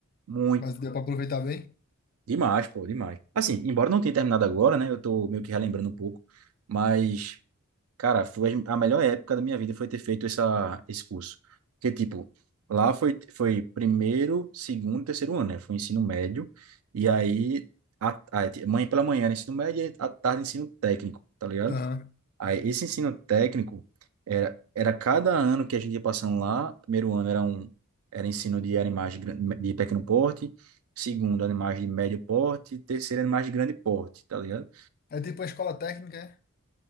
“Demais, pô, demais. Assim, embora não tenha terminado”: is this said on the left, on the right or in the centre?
Right